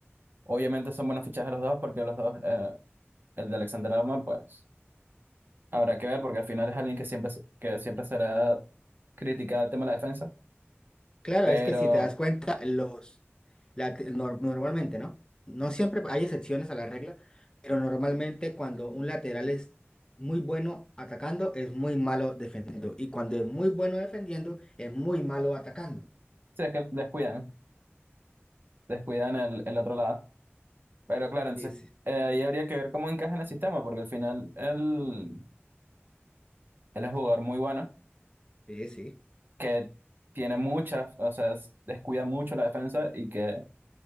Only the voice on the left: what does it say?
Claro,
es que si te das cuenta, los, la te- nor- normalmente, ¿no? No siempre hay excepciones a la regla, pero normalmente cuando un lateral es muy bueno atacando, es muy malo defendiendo. Y cuando es muy bueno defendiendo, es muy malo atacando.
Sí, sí,
sí, sí.